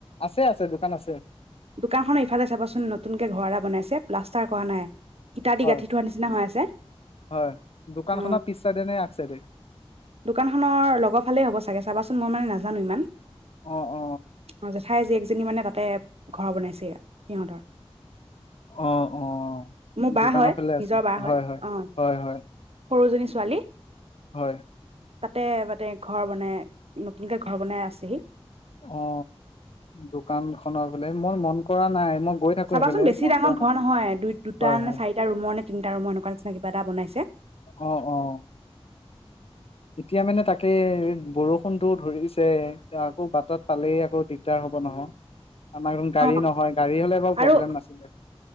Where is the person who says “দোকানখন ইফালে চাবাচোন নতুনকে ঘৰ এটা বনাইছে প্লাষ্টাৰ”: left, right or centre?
Right